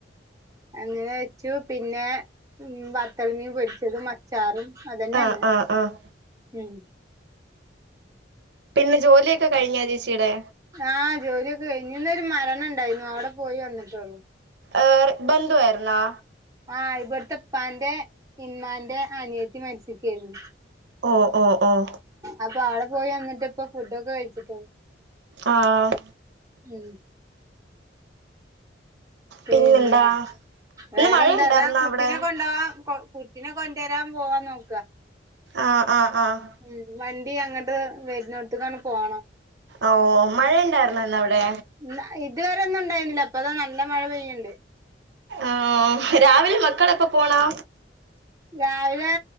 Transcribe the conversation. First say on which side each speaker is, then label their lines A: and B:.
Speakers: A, on the right; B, on the right.
A: അങ്ങനെ വെച്ചു പിന്നെ ഉം വത്തൽമീൻ പൊരിച്ചത് മ ചാറും അതന്നെന്ന്
B: ആഹ് ആഹ് ആഹ്
A: ഉം
B: പിന്നെ ജോലിയൊക്കെ കഴിഞ്ഞാ ചേച്ചിയുടെ
A: ആഹ് ജോലിയക്കെ കഴിഞ് ന്നൊരു മരണണ്ടായിരുന്നു അവിടെ പോയി വന്നിട്ടുള്ളൂ
B: ആര് ബന്ധുവായിരുന്നോ
A: ആഹ് ഇവിടുത്തെപ്പാന്റെ ഇമ്മാന്റെ അനിയത്തി മരിച്ചിക്കേഞ്
B: ഓഹ് ഓഹ് ഓഹ്
A: ആപ്പോ ആടെ പോയി വന്നിട്ടിപ്പോ ഫുഡൊക്കെ കഴിച്ചിട്ടൊള്ളൂ
B: ആഹ്
A: ഉം പിന്നെ
B: പിന്നെന്താ ഇന്ന്
A: വേറെന്താ
B: മഴയുണ്ടായിരുന്നോ
A: ഇതാ കുട്ടിനെ
B: അവിടെ
A: കൊണ്ടാവാം കൊ പിന്നെ കൊണ്ടോരാൻ പോവാൻ നോക്കാ
B: ആഹ് ആഹ് ആഹ്
A: ഉം വണ്ടി അങ്ങട്ട് വരുന്നോടത്ക്കാണ് പോണം
B: അഓഹ് മഴ ഇണ്ടായിരുന്നന്ന് അവിടെ
A: ല്ല ഇതുവരെ ഒന്നും ഉണ്ടായിരുന്നില്ല ഇപ്പതാ നല്ല മഴ പെയ്യിണ്ട്
B: ആഹ് രാവിലെ മക്കളെപ്പ പോണോ
A: രാവിലെ